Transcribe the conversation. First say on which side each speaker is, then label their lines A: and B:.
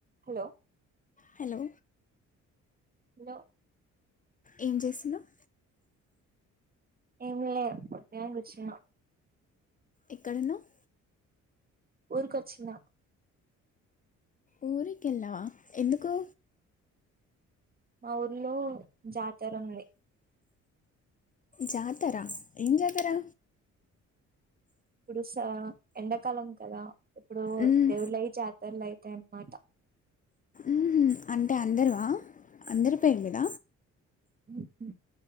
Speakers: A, on the right; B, on the left.
A: Hello
B: hello
A: లో
B: ఏం జేస్సున్నవ్
A: ఏంలే <unintelligible> గుచ్చున్న
B: ఎక్కడున్నవ్
A: ఊర్ కొచ్చిన
B: ఊరికెళ్ళావా ఎందుకు
A: మా ఊర్ లో జాతర ఉంది
B: జాతరా ఏం జాతరా
A: ఇప్పుడుస ఎండాకాలం కదా ఇప్పుడు
B: మ్మ్.
A: దేవుళ్లయి జాతరలు అయి తెన్ మాత
B: మ్మ్ హ్మ్ అంటే అందరువా అందరి పేరు మీద
A: మ్మ్ హ్మ్